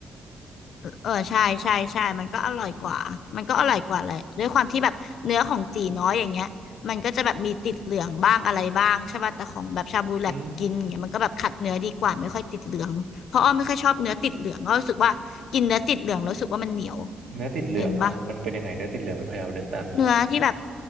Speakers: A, on the left; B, on the right.
A: เออใช่ใช่ใช่มันก็อร่อยกว่า มันก็อร่อยกว่าแหละด้วยความที่แบบเนื้อของตีน้อยอย่างเงี้ย มันก็จะแบบมีติดเหลืองบ้างอะไรบ้างใช่ป่ะแต่ของแบบชาบูแลบกินอย่างเงี้ยมันก็แบบขัดเนื้อดีกว่าไม่ค่อยติดเหลืองเพราะอ้อไม่ค่อยชอบเนื้อติดเหลืองอ้อรู้สึกว่ากินเนื้อติดเหลืองแล้วรู้สึกว่ามันเหนียว
B: อืมเนื้อติดเหลืองเหรอมันเป็นยังไงเนื้อติดเหลืองเป็นพยายามนึกตามอยู่
A: เป็นป่ะเนื้อที่แบบ